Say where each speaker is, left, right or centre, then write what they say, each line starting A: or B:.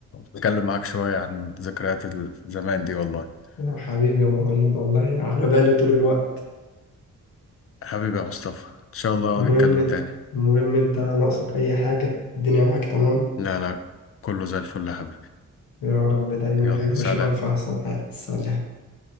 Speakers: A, on the left; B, on the left.
A: واتكلم معاك شوية عن ذكريات زمان دي والله
B: يا حبيبي يا مهند والله على بالي طول الوقت
A: حبيبي يا مصطفى ان شاء الله
B: المهم
A: نتكلم تاني
B: المهم أنت ناقصك أي حاجة الدنيا معاك تمام
A: لا لا كله زي الفل يا حبيبي
B: يا رب دايما
A: يلا
B: أحب
A: سلام
B: أشوفك في أحسن حال سلام